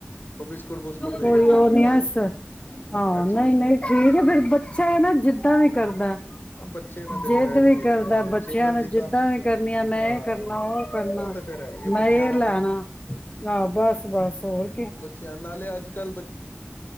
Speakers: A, on the left; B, on the left.
A: ਉਹ ਬਿਸਕੁਟ ਬੁਸਕੁਟ ਦੇ
B: ਕੋਈ
A: ਕੇ ਚੁੱਪ
B: ਉਹ
A: ਕਰਾ
B: ਨੀ ਹਹ
A: ਦੋ ਅੱਛਾ
B: ਨਹੀਂ
A: ਅੱਛਾ
B: ਨਹੀਂ ਠੀਕ ਹੈ ਫੇਰ ਬੱਚਾ ਹੈ ਨਾ ਜਿੱਦਾਂ ਵੀ ਕਰਦਾ
A: ਬੱਚੇ ਨੇ ਤੇ
B: ਜਿੱਦ
A: ਫੇਰ ਇੰਝ
B: ਵੀ
A: ਹੀ
B: ਕਰਦਾ
A: ਹੈਗੇ ਨਾ ਬੱਚੇ
B: ਬੱਚਿਆਂ
A: ਨਾ
B: ਨੇ
A: ਜਿੱਦਾਂ
B: ਜਿਦਾਂ ਵੀ ਕਰਨੀਆਂ ਮੈਂ
A: ਹਾਂ
B: ਇਹ ਕਰਨਾ ਉਹ ਕਰਨਾ
A: ਤੇ ਫੇਰ ਹੈ ਹੀ ਹੈ ਬੱਚਿਆਂ
B: ਮੈਂ ਇਹ
A: ਦਾ
B: ਲੈਣਾ
A: ਤੇ
B: ਆਹ ਬਸ ਬਸ ਹੋਰ ਕੀ
A: ਬੱਚਿਆਂ ਨੂੰ ਅਗਲੇ ਅੱਜ ਕੱਲ